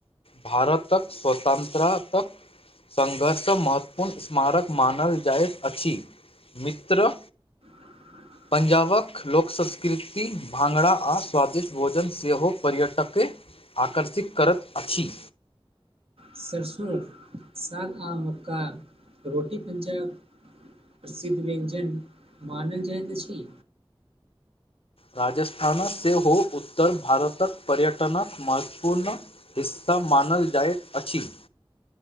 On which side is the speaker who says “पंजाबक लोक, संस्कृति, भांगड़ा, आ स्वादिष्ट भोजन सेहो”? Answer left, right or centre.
Left